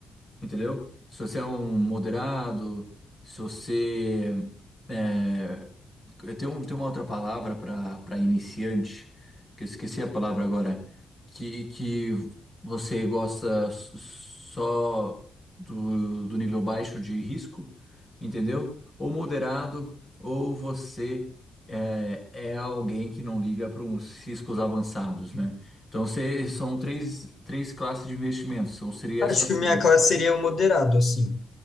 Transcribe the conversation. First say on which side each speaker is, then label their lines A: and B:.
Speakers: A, on the left; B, on the left.
A: entendeu? Se você é um moderado, se você é, Eu tenho, um- tem uma outra palavra para para iniciante, que eu esqueci a palavra agora, que, que você gosta s- só do, do nível baixo de risco, entendeu? Ou moderado, ou você é, é alguém que não liga para uns riscos avançados, né? Então, você, são três, três classes de investimentos, são, seria
B: Acho
A: essas
B: que minha
A: três.
B: classe seria o moderado, assim.